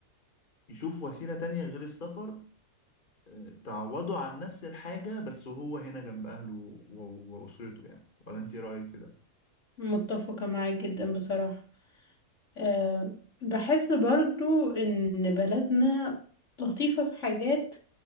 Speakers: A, on the left; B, on the left.
A: يشوف وسيلة تانية غير السفر آه، تعوضه عن نفس الحاجة بس وهو هنا جنب أهله و- وأسرته يعني ولا أنت رأيك في ده؟
B: متفقة معاك جدا بصراحة أه بحس برضو إن بلدنا لطيفة في حاجات